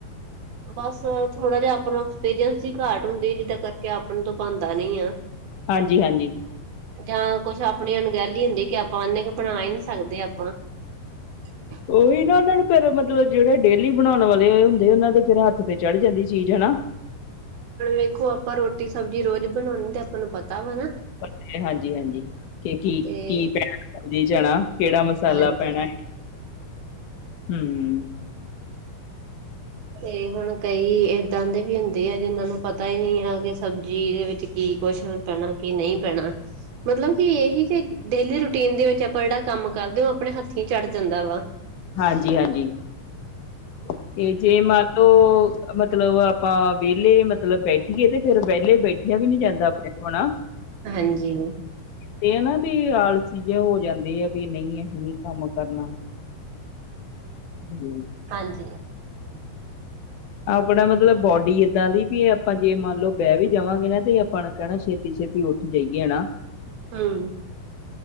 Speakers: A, on the right; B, on the left.
A: ਬਸ ਥੋੜਾ ਜਾ ਆਪਾਂ ਨੂੰ ਐਕਸਪੀਰੀਅੰਸ ਦੀ ਘਾਟ ਹੁੰਦੀ ਜਿੱਦਾਂ ਕਰਕੇ ਆਪਣੇ ਤੋਂ ਬਣਦਾ ਨੀ ਆ।
B: ਹਾਂਜੀ-ਹਾਂਜੀ।
A: ਜਾਂ ਕੁਛ ਆਪਣੀ ਅਣਗਹਿਲੀ ਹੁੰਦੀ ਕਿ ਆਪਾਂ ਉਨੇ ਕ ਬਣਾ ਏ ਨੀ ਸਕਦੇ ਆਪਾਂ। <inaudible>
B: ਉਹੀ ਨਾ ਉਨਾਂ ਨੂੰ ਫਿਰ ਮਤਲਬ ਜੇੜੇ ਡੇਲੀ ਬਣਾਉਣ ਵਾਲੇ ਹੁੰਦੇ ਉਨਾਂ ਦੇ ਫਿਰ ਹੱਥ ਤੇ ਚੜ ਜਾਂਦੀ ਚੀਜ਼ ਹਨਾ।
A: ਹੁਣ ਵੇਖੋ ਆਪਾਂ ਰੋਟੀ ਸਬਜ਼ੀ ਰੋਜ਼ ਬਣਾਣੇ ਤੇ ਆਪਾਂ ਨੂੰ ਪ ਤਾ ਵਾ ਨਾ।
B: ਪਤੈ ਹਾਂਜੀ-ਹਾਂਜੀ ਕੇ ਕੀ,
A: ਤੇ
B: ਕੀ ਪੈਣਾ। ਹਾਂਜੀ ਚਣਾ ਕੇੜਾ ਮਸਾਲਾ
A: ਹਾਂਜੀ
B: ਪੈਣਾ ਏ, ਹੂੰ।
A: ਤੇ ਹੁਣ ਕਈ ਏਦਾਂ ਦੇ ਵੀ ਹੁੰਦੇ ਆ ਜਿਨਾਂ ਨੂੰ ਪਤਾ ਈ ਨੀ ਆ ਕਿ ਸਬਜ਼ੀ ਦੇ ਵਿੱਚ ਕੀ ਕੁਛ ਪੈਣਾ, ਕੀ ਨਈ ਪੈਣਾ। ਮਤਲਬ ਕਿ ਏਹੀ ਕੇ ਡੇਲੀ ਰੂਟੀਨ ਦੇ ਵਿੱਚ ਆਪਾਂ ਜੇੜਾ ਕੰਮ ਕਰਦੇ ਓ ਆਪਣੇ ਹੱਥੀ ਚੜ ਜਾਂਦਾ ਵਾ।
B: ਹਾਂਜੀ-ਹਾਂਜੀ 'ਤੇ ਜੇ ਮਨ
A: <inaudible>
B: ਮਤਲਬ ਆਪਾਂ ਵੇਲੇ ਮਤਲਬ ਬੈਠੀਏ ਤੇ ਫੇਰ ਵੇਲੇ ਬੈਠਿਆ ਵੀ ਨੀ ਜਾਂਦਾ ਆਪਣੇ ਤੋਂ ਹਨਾ।
A: ਹਾਂਜੀ।
B: ਤੇ ਆ ਨਾ ਵੀ ਆਲਸੀ ਜਾ ਹੋ ਜਾਂਦੀ ਆ ਵੀ ਨਈ ਐ ਨੀ ਕੰਮ ਕਰਨਾ। ਹੂੰ।
A: ਹਾਂਜੀ।
B: ਆਪਣਾ ਮਤਲਬ ਬੋਡੀ ਏਦਾਂ ਦੀ ਵੀ ਆਪਾਂ ਜੇ ਮੰਨ ਲੋ ਬੈ ਵੀ ਜਾਵਾਂਗੇ ਨਾ ਤੇ ਆਪਣ ਕੈਣਾ ਛੇਤੀ-ਛੇਤੀ ਉੱਠ ਜਾਈਏ ਨਾ।
A: ਹੂੰ।